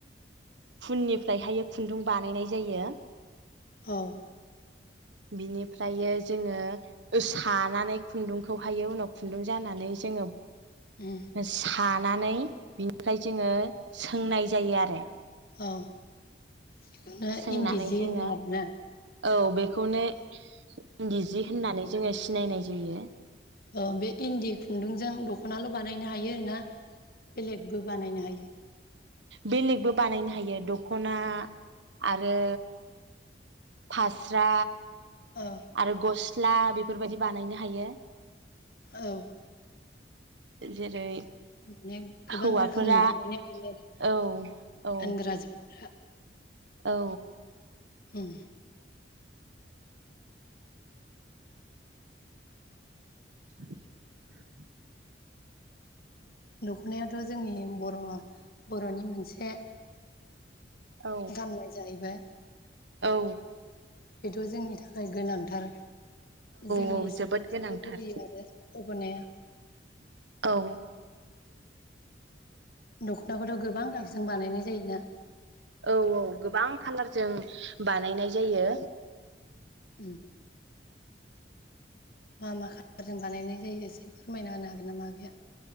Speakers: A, on the right; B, on the left.
A: फुननिफ्रायहायो खुन्दुं बानायनाय जायो
B: औ
A: बिनिफ्रायो जोङो सानानै खुन्दुं खौ हायो उनाव खुन्दुं जानानै जोङो
B: औ
A: सा नानै बि ओमफ्राय जोङो सा सोंनाय जायो आरो
B: औ इखौनो
A: सोंनानै
B: इन्दि जि
A: जोङो
B: होनो आरोना
A: औ बे खौनो इन्दि जि होननानै जोङो सिनायनाय जायो।
B: औ बे इन्दि खुन्दुंजों दख'नाल' बानायनो हायो ना बेलेगबो बानायनो हायो
A: बेलेगबो बानायनो हायो दखना आरो फास्रा
B: औ
A: आरो गस ला बेफोरबायादि बानायनो हायो।
B: औ
A: जेरै
B: माने गोबां
A: हौवाफोरा
B: रोखोमनि बानायनो हायो आरो
A: औ
B: गानग्रा
A: औ
B: जोमग्रा
A: औ
B: ओम
A: <inaudible>
B: दख'नायाथ' जोंनि बर' बर'नि मोनसे
A: औ
B: गाननाय जाहैबा
A: औ
B: बेथ' जोंनि थाखाय गोनांथार जोंनि
A: औ जोबोद
B: सिनायथिखौ
A: गोनांथार
B: होयो आरो जौगानाय
A: औ
B: दख'नाखौथ' गोबां गाबजों बानायनाय जायोना।
A: औ औ गोबां खाालारजों बानायनाय जायो।
B: उम मा मा काललारजों बानायनाय जायो एसे फोरमायना होनो हागोन ना मा आगैया